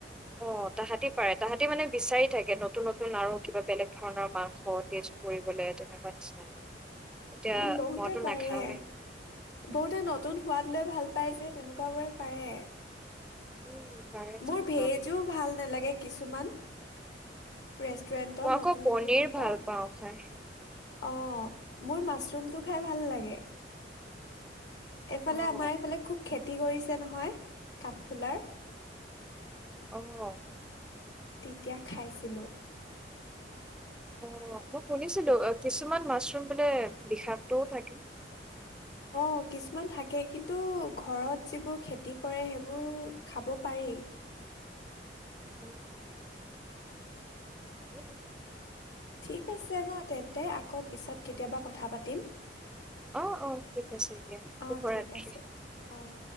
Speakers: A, in the centre; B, on the left.
A: অ তাহাঁতি পাৰে তাহাঁতি মানে বিচাৰি থাকে নতুন নতুন আৰু কিবা বেলেগ ধৰণৰ মাংস টেষ্ট কৰিবলে তেনেকোৱা নিচিনা এতিয়া
B: উম বহুতে
A: মইতো
B: পাৰে
A: নাখাওঁৱেই।
B: বহুতে নতুন হোৱাত লৈ ভাল পাই যে তেনেকুৱ বোৰে পাৰে
A: উম পাৰে তেনেকুৱাবোৰ
B: মোৰ ভেইজো ভাল নালাগে কিছুমান ৰেষ্টুৰেন্টত
A: মই আকৌ
B: নতুন
A: পনীৰ
B: নতুন এনেকুৱা।
A: ভাল পাওঁ খাই
B: অ মোৰ মাছৰুমটো খাই ভাল লাগে এইফালে
A: অ'।
B: আমাৰ এইফালে খুব খেতি খেতি কৰিছে নহয় কাঠফুলাৰ
A: অহ
B: তেতিয়া খাইছিলো
A: অ মই শুনিছিলো কিছুমান মাছৰুম বোলে বিষাক্তও থাকে।
B: অ কিছুমান থাকে কিন্তু ঘৰত যিবোৰ খেতি কৰে সেইবোৰ খাব পাৰি।
A: উম উ
B: ঠিক আছে ন তেন্তে আকৌ পিছত কেতিয়াবা কথা পাতিম।
A: অ অ ঠিক আছে দিয়া
B: অ
A: শুভ
B: ঠিক
A: ৰাত্ৰি
B: আছে অ